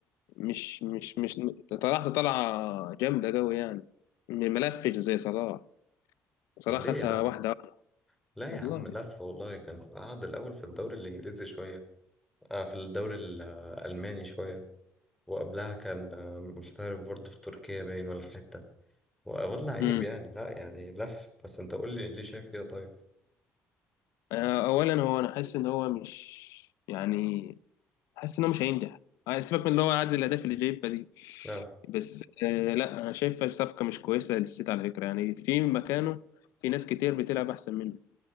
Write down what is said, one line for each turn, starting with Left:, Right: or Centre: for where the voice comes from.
Left: مش مش مش طلعت طلعة جامدة قوي يعني ملفش زي صلاح صلاح
Centre: طب ليه
Left: خدها
Centre: يا عم؟
Left: واحدة واحدة
Centre: لا
Left: والله
Centre: يا عم لف والله كان قعد الأول في الدوري الإنجليزي شوية آه في الدوري الألماني شوية وقبلها كان آه، محترف برضه في تركيا باين ولا في حتة وواد لعيب
Left: امم
Centre: يعني لا يعني لف بس انت قول لي ليه شايف كده طيب
Left: آه، أولا هو أنا حاسس إن هو مش يعني حاسس إن هو مش هينجح آه، سيبك من إن هو عدد الأهداف اللي جايبها دي
Centre: لا
Left: بس آه لا أنا شايفها صفقة مش كويسة للسيتي على فكرة يعني في مكانه في ناس كتير بتلعب أحسن منه